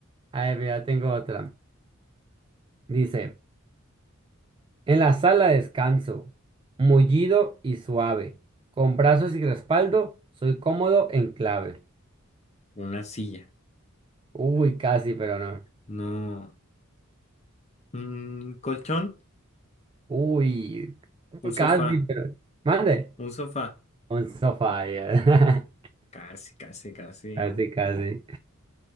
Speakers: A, on the right (about 25°); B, on the left (about 30°).
A: A ver, mira, tengo otra. Dice, en la sala descanso, mullido y suave, con brazos y respaldo, soy cómodo en clave.
B: Una silla,
A: Uy, casi, pero no.
B: no. Un colchón,
A: Uy,
B: un sofá,
A: casi, pero... no. Mande.
B: un sofá.
A: Un sofá. ya.
B: Casi, casi, casi.
A: <laughs> Casi, casi.